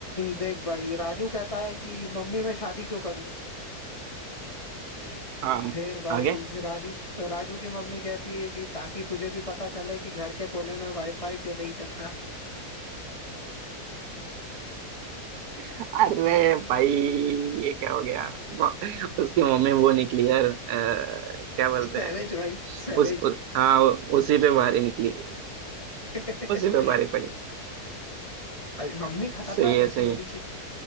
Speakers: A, on the left; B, on the right.
A: देख भाई राजू कहता है कि मम्मी मैं शादी क्यों करूं
B: हाँ
A: फिर भाई
B: आगे
A: राजू राजू की मम्मी कहती है कि ताकि तुझे भी पता चले कि घर के कोने में वाईफाई क्यों नहीं चलता
B: अरे भाई ये क्या हो गया वो- उसकी मम्मी वो निकली यार अ, क्या बोलते
A: सैवेज
B: हैं
A: भाई सैवेज
B: उस उ, हाँ उसी पे भारी निकली
A: <laughs>
B: उसी पे भारी पड़ी
A: भाई मम्मी खतरनाक
B: सही है
A: ऐसी
B: सही
A: होनी
B: है
A: चाहिए